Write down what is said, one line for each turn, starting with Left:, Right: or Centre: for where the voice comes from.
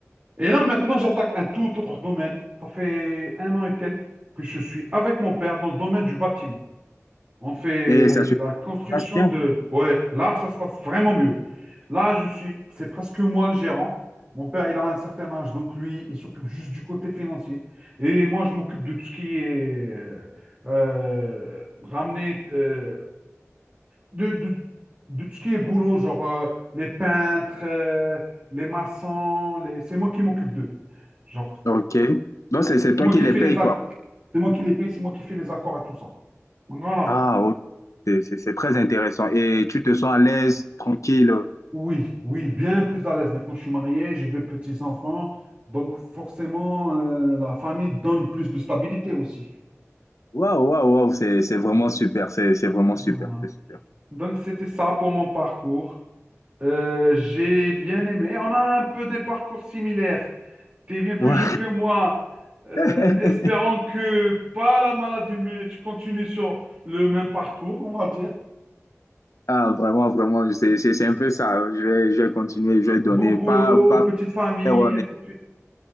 Right: Et là, maintenant, j'attaque un tout autre domaine. Ça fait un an et quelques que je suis avec mon père dans le domaine du bâtiment. On fait
Left: Et ça se
Right: la construction
Left: passe bien.
Right: de... Ouais, là, ça se passe vraiment mieux. Là, je suis... C'est presque moi le gérant. Mon père, il a un certain âge, donc lui, il s'occupe juste du côté financier. Et moi, je m'occupe de tout ce qui est euh, euh, ramener, euh, de, de, de tout ce qui est boulot, genre euh, les peintres, euh, les maçons, les... c'est moi qui m'occupe d'eux. Genre,
Left: Ok. Donc, c'est c'est
Right: c'est
Left: toi
Right: moi
Left: qui
Right: qui
Left: les
Right: fais
Left: payes,
Right: les accords,
Left: quoi.
Right: c'est moi qui les paye, c'est moi qui fais les accords et tout ça. Voilà.
Left: Ah, ok. C'est c'est- c'est très intéressant. Et tu te sens à l'aise, tranquille.
Right: Oui, oui, bien plus à l'aise. Maintenant, je suis marié, j'ai deux petits-enfants, donc forcément, euh, la famille donne plus de stabilité aussi.
Left: Waouh, waouh, waouh. C'est c'est vraiment super. C'est c'est vraiment
Right: Voilà.
Left: super. C'est super.
Right: Donc, c'était ça pour mon parcours. Euh, j'ai bien aimé. On a un peu des parcours similaires. T'es bien plus
Left: Ouais.
Right: jeune que moi. Euh,
Left: <laughs>
Right: espérant que pas la maladie, mais tu continues sur le même parcours, on va dire.
Left: Ah, vraiment, vraiment. C'est c'est- c'est un peu ça. Je vais, je vais continuer. Je vais donner.
Right: Bon boulot,
Left: Pas, pas
Right: petite famille,
Left: faire honnête.
Right: ainsi de suite.